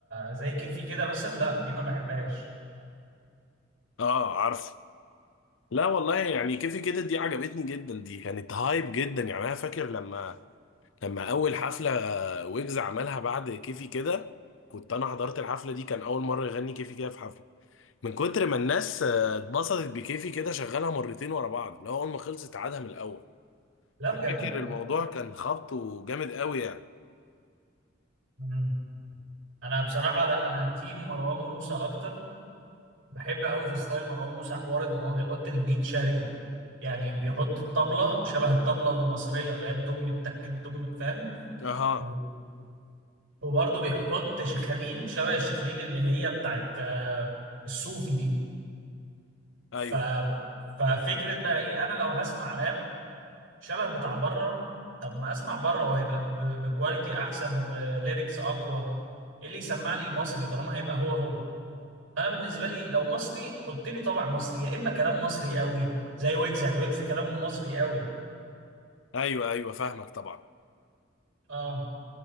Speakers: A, on the right (about 80°); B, on the left (about 75°).
A: زي كيفي كده مثلا لا دي ما بحبهاش
B: اه عارف لا والله يعني كيفي كده دي عجبتني جدا دي كانت هايب جدا يعني انا فاكر لما لما اول حفله آه، ويجز عملها بعد كيفي كده كنت انا حضرت الحفله دي كان اول مره يغني كيفي كده في حفله من كتر ما الناس آه، اتبسطت بكيفي كده شغلها مرتين ورا بعض اللي هو اول ما خلصت عادها من الاول
A: لا
B: فاكر
A: بجد
B: الموضوع كان خبطه جامد قوي يعني
A: مم. انا بصراحه لا انا تيم مروان موسى اكتر بحب قوي في ستايل مروان موسى حوار ان هو بيحط البيت شرقي يعني بيحط الطبله شبه الطبله المصريه اللي هي الدم التك الدم فاهم
B: اها
A: و- وبرضه بيحط شخاليل شبه الشخاليل اللي هي بتاعت آه، الصوفي دي ف
B: ايوه
A: ففكره بقى ايه انا لو هسمع راب شبه بتاع بره طب ما اسمع بره وهيبقى ب... بكواليتي احسن وليركس اقوى ايه اللي يسمعني المصري طالما هيبقى هو هو فانا بالنسبه لي لو مصري حط لي طبع مصري يا اما كلام مصري قوي زي ويجز يعني ويجز كلامه مصري قوي
B: ايوه ايوه فاهمك طبعا
A: اه